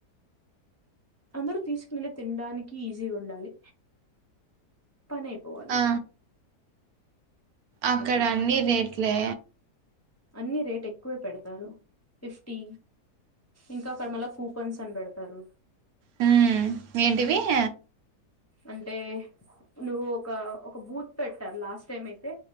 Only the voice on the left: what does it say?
అందరు తీసుకెళ్ళి తినడానికి ఈజీగా ఉండాలి పని అయిపోవాలి
అట్లా
అన్ని రేట్ ఎక్కువే పెడతారు. ఫిఫ్టీ ఇంకా అక్కడ మళ్ళా కూపన్స్ అన్ పెడతారు.
అంటే నువ్వు ఒక ఒక బూత్ పెట్టారు. లాస్ట్ టైం అయితే